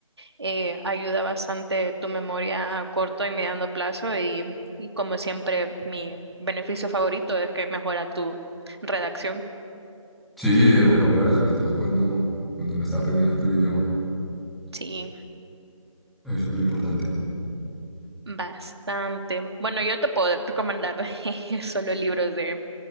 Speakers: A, on the right; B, in the centre.
A: eh, ayuda bastante tu memoria a corto y mediano plazo y, y como siempre mi beneficio favorito es que mejora tu redacción.
B: Sí, el vocabulario, sobre todo cuando, cuando uno está aprendiendo otro idioma,
A: Sí,
B: es súper importante.
A: bastante. Bueno, yo te puedo recomendar <laughs> solo libros de